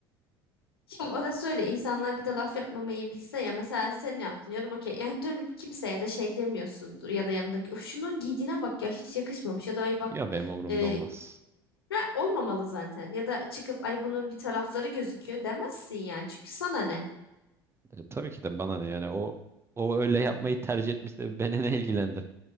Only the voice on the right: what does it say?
Ya benim umurumda
olmaz.
E, tabii ki de bana ne yani o o öyle yapmayı tercih etmişse beni ne ilgilendir?